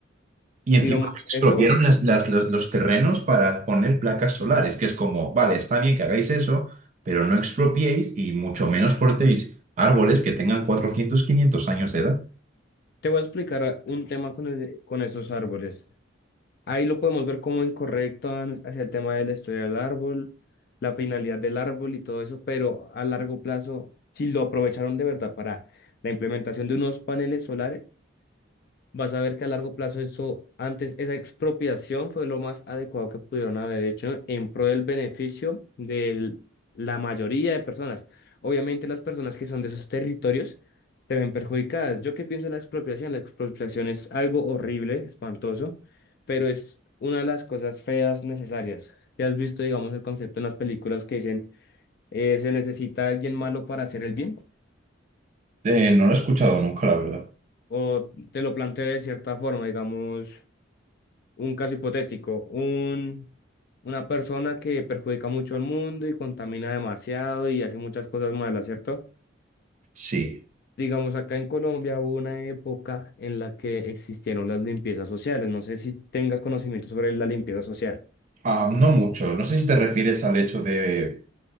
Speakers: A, on the right; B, on the left.
A: Y encima
B: Digamos,
A: expropiaron
B: eso
A: las- las- los, los terrenos para poner placas solares, que es como, vale, está bien que hagáis eso, pero no expropiéis y mucho menos cortéis árboles que tengan 400 500 años de edad.
B: te voy a explicar a- un tema con, el- con esos árboles. Ahí lo podemos ver como incorrecto an- hacia el tema de la historia del árbol, la finalidad del árbol y todo eso, pero a largo plazo, si lo aprovecharon de verdad para la implementación de unos paneles solares, vas a ver que a largo plazo eso, antes, esa expropiación fue lo más adecuado que pudieron haber hecho en pro del beneficio de la mayoría de personas. Obviamente las personas que son de esos territorios se ven perjudicadas. ¿Yo qué pienso de la expropiación? La expropiación es algo horrible, espantoso, pero es una de las cosas feas necesarias. ¿Ya has visto, digamos, el concepto en las películas que dicen eh, se necesita alguien malo para hacer el bien?
A: Eh, no lo he escuchado nunca, la verdad.
B: O te lo planteo de cierta forma, digamos. un caso hipotético, un, una persona que perjudica mucho al mundo y contamina demasiado y hace muchas cosas malas, ¿cierto?
A: Sí.
B: Digamos, acá en Colombia hubo una época en la que existieron las limpiezas sociales. No sé si tengas conocimiento sobre la limpieza social.
A: Ah, no mucho. No sé si te refieres al hecho de